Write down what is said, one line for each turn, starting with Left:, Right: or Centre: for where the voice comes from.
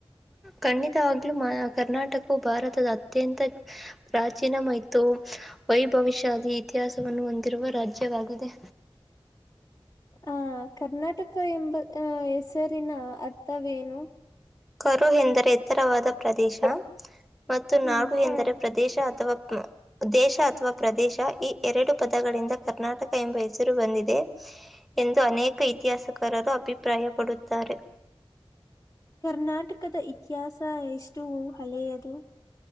Centre: ಖಂಡಿತವಾಗ್ಲೂ ಕರ್ನಾಟಕವು ಭಾರತದ ಅತ್ಯಂತ ಪ್ರಾಚೀನಮ ಇ ವೈಭವಿಷ್ಯದಿ ಇತಿಹಾಸವನ್ನು ಹೊಂದಿರುವ ರಾಜ್ಯವಾಗಿದೆ.
Left: ಹ. <inaudible> ಆ ಕರ್ನಾಟಕ ಎಂಬ ಹೆಸರಿನ ಅರ್ಥವೇನು
Centre: ಕರು ಎಂದರೆ ಎತ್ತರವಾದ ಪ್ರದೇಶ ಮತ್ತು
Left: ಹ್ಮ್
Centre: ನಾಡು ಎಂದರೆ. ಪ್ರದೇಶ ಅಥವಾ ದೇಶ ಅಥವಾ ಪ್ರದೇಶ ಈ ಎರಡು ಪದಗಳಿಂದ ಕರ್ನಾಟಕ ಎಂಬ ಹೆಸರು ಬಂದಿದೆ ಎಂದು ಅನೇಕ ಇತಿಹಾಸಕಾರರು ಅಭಿಪ್ರಾಯಪಡುತ್ತಾರೆ.
Left: ಕರ್ನಾಟಕದ ಇತಿಹಾಸ ಎಷ್ಟು ಹಳೆಯದು